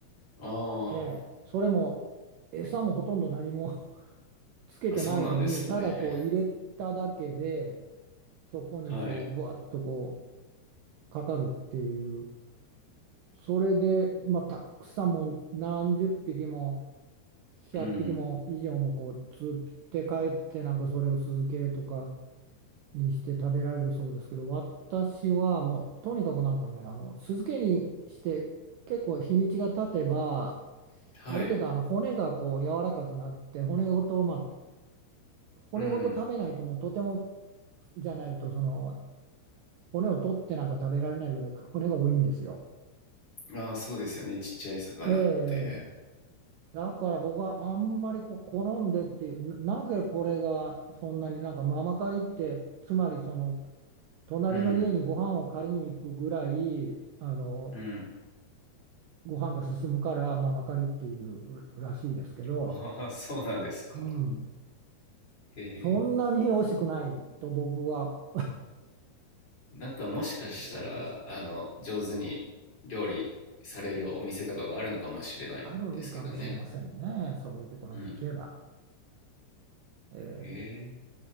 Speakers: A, on the left; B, on the right.
A: あ
B: ええ、
A: ー
B: それも餌もほとんど何も <laughs> つけてないのにただこう入れただけで
A: あ、そうなんですね。
B: そこにそうぶわっとこ
A: <laughs> はい。
B: うかかるっていうそれで、まあ、たくさんもう何十匹も100匹も以上もこう釣って帰ってなんかそれを酢漬けとか
A: うん。
B: にして食べられるそうですけど私はもうとにかくなんかねあの酢漬けにして結構日にちが経てば
A: はい。
B: ある程度あの骨がこう柔らかくなって骨ごと、まあ、骨ごと食べないともうとても
A: うん。
B: じゃないとその骨を取ってなんか食べられないぐらい骨が多いんですよ。
A: ああ、そうですよね。ちっちゃい魚って。
B: ええだから僕はあんまりこう好んでっていうな、なぜこれがそんなになんかママ借りってつまりその隣の家にご飯を借りに行くぐらいあの
A: うん。うん。
B: ご飯が進むからママ借りっていうらしいですけど、
A: ああ、そうなんですか。
B: うん、
A: へえ。
B: そんなに美味しくないと僕は
A: なんかもしかしたら、
B: 思います。
A: あの、上手に料理されるお店とかがあるのかもしれないですけどね。
B: あるんかもしれませんね。そういうところに行けば。
A: うん。
B: ええ
A: へえ。